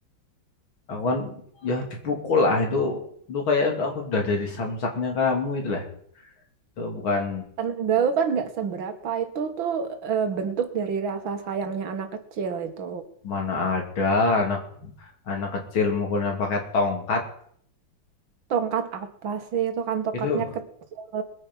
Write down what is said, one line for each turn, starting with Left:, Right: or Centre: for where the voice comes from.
Left: aku kan ya dipukul lah itu itu kayak aku udah dari samsaknya kamu itu lah itu bukan
Right: Tenaga lu kan nggak seberapa itu tuh eh, bentuk dari rasa sayangnya anak kecil itu.
Left: mana ada anak anak kecil mukulnya pakai tongkat
Right: Tongkat apa sih itu kan tongkatnya
Left: itu
Right: kecil.